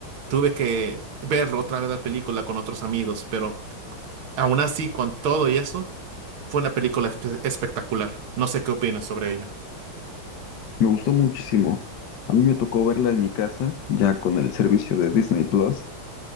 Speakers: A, on the right; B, on the left.
A: Tuve que verlo otra vez la película con otros amigos, pero aún así, con todo y eso, fue una película espe- espectacular. No sé qué opinas sobre ello.
B: Me gustó muchísimo. A mí me tocó verla en mi casa, ya con el servicio de Disney Plus.